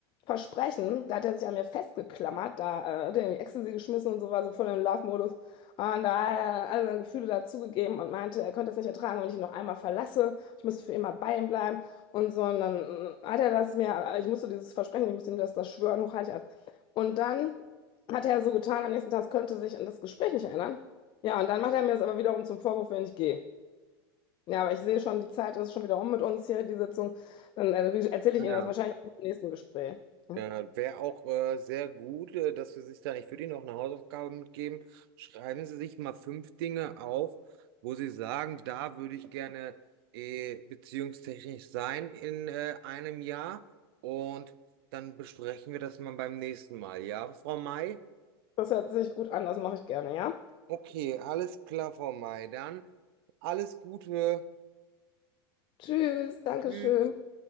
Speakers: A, on the left; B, on the right.
A: versprechen, da hat er sich an mir festgeklammert, da äh, hat er irgendwie Ecstasy geschmissen und so war so voll in Love-Modus. Und da hat er alle seine Gefühle dazugegeben und meinte, er könnte es nicht ertragen, wenn ich ihn noch einmal verlasse. Ich müsste für immer bei ihm bleiben und so. Und dann äh, hat er das mir, ich musste dieses Versprechen, ich musste ihm das, das schwören, hochheilig. Und dann. Hat er so getan am nächsten Tag, es könnte sich an das Gespräch nicht erinnern. Ja, und dann macht er mir das aber wiederum zum Vorwurf, wenn ich gehe. Ja, aber ich sehe schon, die Zeit ist schon wieder um mit uns hier, die Sitzung. Dann äh, erzähle
B: Ja.
A: ich Ihnen das wahrscheinlich auch im nächsten Gespräch. Ja.
B: Wäre auch äh, sehr gut, äh, dass wir sich da, ich würde Ihnen noch eine Hausaufgabe mitgeben. Schreiben Sie sich mal fünf Dinge auf, wo Sie sagen, da würde ich gerne äh, beziehungstechnisch sein in äh, einem Jahr. Und dann besprechen wir das mal beim nächsten Mal. Ja, Frau May?
A: Das hört sich gut an, das mache ich gerne, ja?
B: Okay, alles klar, Frau May. Dann alles Gute.
A: Tschüss, Dankeschön.
B: Tschüss.